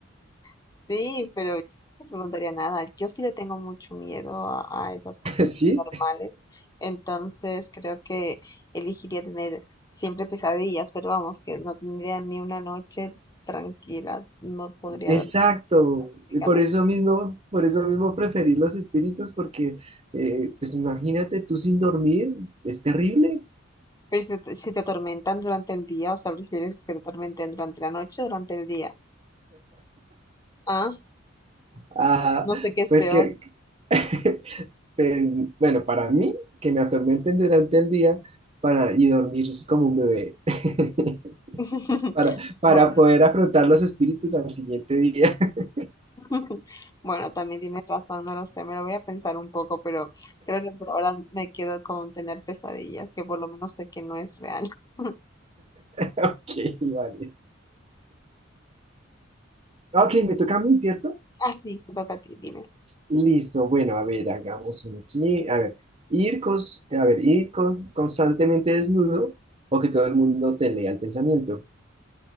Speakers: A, on the left; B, on the right.
A: Sí, pero yo no le preguntaría nada. Yo sí le tengo mucho miedo a, a esas cosas
B: Sí,
A: paranormales. Entonces creo que elegiría tener siempre pesadillas, pero vamos, que no tendría ni una noche tranquila. No podría
B: exacto.
A: dormir pacíficamente.
B: Y por eso mismo, por eso mismo preferir los espíritus, porque, eh, pues imagínate tú sin dormir, es terrible.
A: Pero si te, si te atormentan durante el día, o sea, prefieres que te atormenten durante la noche o durante el día. Ah,
B: Ah,
A: no sé qué es
B: pues
A: peor.
B: que <laughs> Pues, bueno, para mí, que me atormenten durante el día para, y dormir como un bebé, <laughs>
A: <laughs>
B: para, para
A: Bueno,
B: poder afrontar los espíritus al siguiente día. <laughs>
A: <laughs> bueno, también tienes razón, no lo sé, me lo voy a pensar un poco, pero creo que por ahora me quedo con tener pesadillas, que por lo menos sé que no es real. <laughs>
B: Ok, vale. Ok, me toca a mí, ¿cierto?
A: Así, te toca a ti, dime.
B: Listo, bueno, a ver, hagamos uno aquí. A ver, ir, cons- a ver, ir con- constantemente desnudo o que todo el mundo te lea el pensamiento.